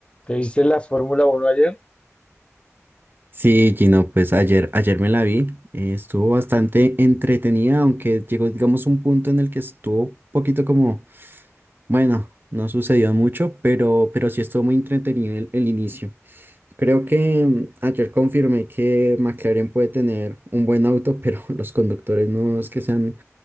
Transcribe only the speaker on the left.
¿Te viste la Fórmula Uno ayer?